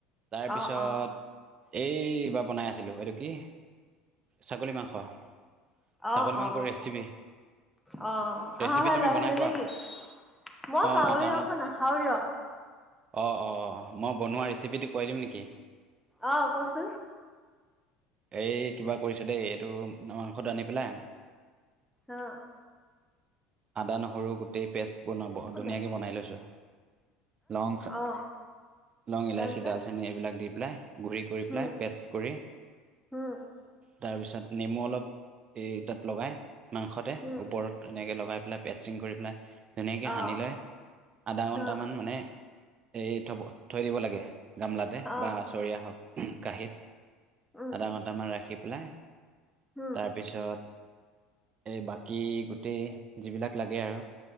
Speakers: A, on the right; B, in the centre.
A: তাৰ পিছত।
B: অ অ
A: এইবাৰ বনাই আছিলো এইটো কি ছাগলী মাংস। ছাগলী
B: অ
A: মাংসৰ
B: অ
A: ৰেচিপি
B: আহ
A: ৰেচিপি
B: আহা ভাই
A: তুমি
B: লৈ আহিলি
A: বনাই পোৱা
B: নেকি? মই
A: অ'
B: ছাগলী
A: টাউনত
B: মাংস নাখাও দিয়ক।
A: অ অ মই বনোৱা ৰেচিপিটো কৈ দিম নেকি?
B: অহ কওকচোন।
A: এই কিবা কৰিছ দেই এইটো মাংসটো আনি পেলাই,।
B: অহ।
A: আদা নহৰু গোটেই পেষ্ট বোৰ
B: ক'ত
A: ধুনীয়াকে
B: যা
A: বনাই লৈছো,। লং
B: অ
A: লং, ইলাচি,
B: তাৰপিছত
A: ডালচেনি এইবিলাক দি পেলাই। ঘূৰি কৰি
B: হম
A: পেলাই পেষ্ট কৰি
B: হম
A: তাৰপিছত নেমু অলপ। এই তাত লগাই মাংসতে
B: হম
A: ওপৰত এনেকে লগাই পেলাই পেচিং কৰি পেলাই। ধুনীয়াকৈ সানি
B: অ
A: লৈ আধা ঘণ্টামান
B: অ
A: মানে এই থব থৈ দিব লাগে,। গামলাতে
B: অ
A: বা আচৰীয়া হওক কাঁহীত
B: উম
A: আধা ঘণ্টামান ৰাখি পেলাই,।
B: হম
A: তাৰপিছত এই বাকী গোটেই যিবিলাক লাগে আৰু।